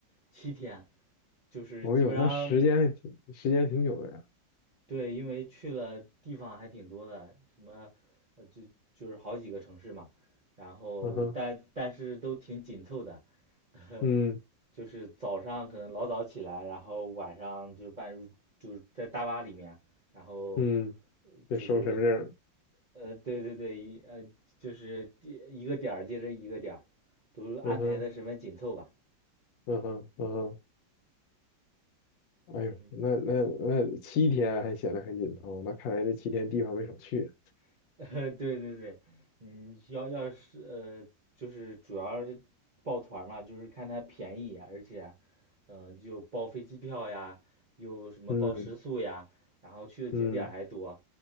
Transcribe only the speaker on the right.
七天，就是基本上
对，因为去了地方还挺多的，什么，呃，就就是好几个城市嘛，然后但但是都挺紧凑的，
<laughs>
就是早上可能老早起来，然后晚上就半入就是在大巴里面，然后
呃就是，
呃，对对对，一呃就是一一个点儿接着一个点儿，都安排的十分紧凑吧，
嗯。
<laughs> 呃，对对对，嗯，要要是呃，就是主要是抱团儿嘛，就是看它便宜呀而且，嗯、又包飞机票呀，又什么包食宿呀，
然后去的景点儿还多，